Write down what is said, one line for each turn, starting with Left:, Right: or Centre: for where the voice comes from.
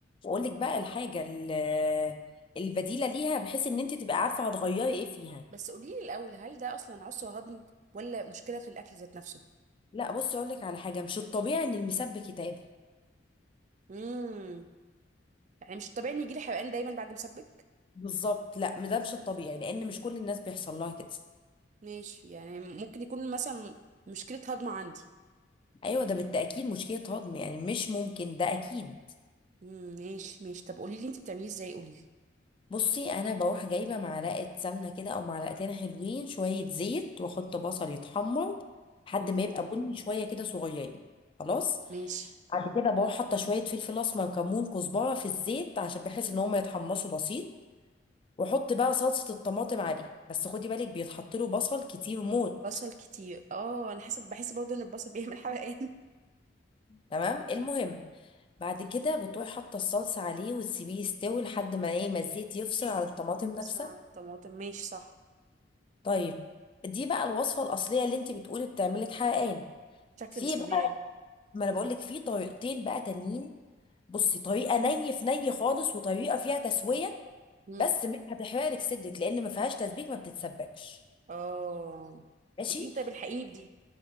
Left: واقول لك بقى الحاجه ال- البديله ليها بحيث ان انت تبقى عارفه هتغيري ايه فيها
Right: بس قوليلي الأول هل ده أصلا عسر هضم ولا مشكلة في الأكل ذات نفسه؟
Left: لا بصي اقول لك على حاجه مش الطبيعي ان المسبك يتعب
Right: امم يعني مش طبيعي إن يجيلي حرقان دايما بعد مسبك؟
Left: بالظبط لا ده مش الطبيعي لان مش كل الناس بيحصل لها كده
Right: ماشي يعني ممكن يكون مثلا مشكلة هضم عندي
Left: ايوه ده بالتاكيد مشكله هضم يعني مش ممكن ده اكيد
Right: امم ماشي ماشي طب قوليلي أنت بتعمليه إزاي قوليلي
Left: بصي انا بروح جايبه معلقه سمنه كده او معلقتين حلوين شويه زيت واحط بصل يتحمر لحد
Right: امم
Left: ما يبقى بني شويه كده صغيرين خلاص
Right: ماشي
Left: بعد كده بروح حاطه شويه فلفل اسمر كمون كزبره في الزيت عشان بحيث ان هم يتحمصوا بسيط واحط بقى صلصه الطماطم عليه بس خدي بالك بيتحط له بصل كتير موت
Right: بصل كتير اه انا حاسه بحس برضه ان البصل بيعمل حرقان
Left: تمام المهم بعد كده بتروحي حاطه الصلصه عليه وتسيبيه يستوي لحد ما ايه ما الزيت يفصل عن الطماطم
Right: <laughs>
Left: نفسها
Right: بسرعه الطماطم ماشي صح
Left: طيب دي بقى الوصفه الاصليه اللي انت بتقولي بتعملك حرقان
Right: شكل
Left: في
Right: مش طبيعي
Left: بقى ما انا بقول لك في طريقتين بقى تانيين بصي طريقه ني في ني خالص وطريقه فيها تسويه
Right: امم
Left: بس مش هتحرقلك صدرك لان ما فيهاش تسبيك ما بتتسبكش
Right: اه
Left: ماشي
Right: قوليلي طب الحقيني بدي